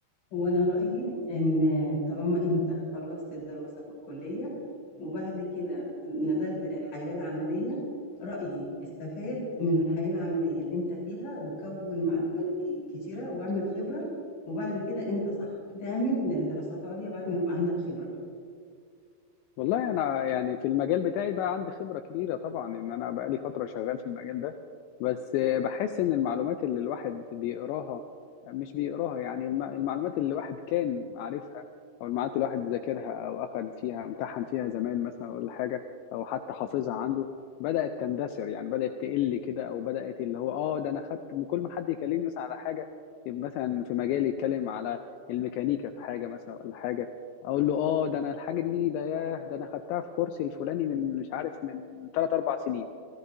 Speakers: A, on the left; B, on the left.
A: وأنا رأيي إن طالما أنت خلّصت الدراسة في الكلية، وبعد كده نزلت للحياة العملية، رأيي استفاد من الحياة العملية اللي أنت فيها، وكوّن معلومات ك كتيرة واعمل خبرة، وبعد كده أنت صح تعمل دراسات عُليا بعد ما يبقى عندك خبرة.
B: والله انا يعني في المجال بتاعي بقى عندي خبرة كبيرة طبعا ان انا بقى لي فترة شغال في المجال ده بس آه، بحس ان المعلومات اللي الواحد بيقراها مش بيقراها يعني الم- المعلومات اللي الواحد كان عارفها او المعلومات اللي الواحد ذاكرها او اخد فيها امتحن فيها زمان مثلا ولا حاجة او حتى حافظها عنده بدأت تندثر يعني بدأت تقل كده او بدأت اللي هو اه ده انا خدت كل ما حد يكلمني مثلا على حاجة يبقى مثلا في مجالي يتكلم على الميكانيكا في حاجة مثلا ولا حاجة اقول له اه ده انا الحاجه دي ده ياه ده انا خدتها في كورسي الفلاني من مش عارف من 3 4 سنين